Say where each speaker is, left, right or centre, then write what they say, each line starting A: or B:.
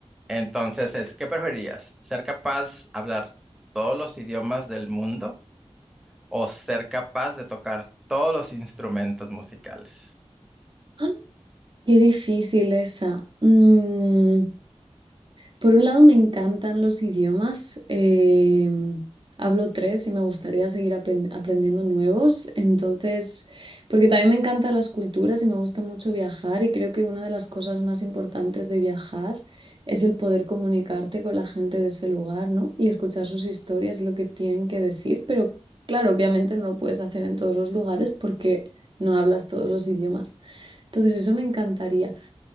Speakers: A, in the centre; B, on the right.
A: Entonces es, ¿qué preferirías? ¿Ser capaz de hablar todos los idiomas del mundo o ser capaz de tocar todos los instrumentos musicales?
B: ¡Ah! Qué difícil esa. Mm, Por un lado, me encantan los idiomas. eh, hablo tres y me gustaría seguir apen- aprendiendo nuevos. Entonces, porque también me encantan las culturas y me gusta mucho viajar y creo que una de las cosas más importantes de viajar es el poder comunicarte con la gente de ese lugar, ¿no? Y escuchar sus historias, lo que tienen que decir. Pero claro, obviamente no lo puedes hacer en todos los lugares porque no hablas todos los idiomas. Entonces, eso me encantaría.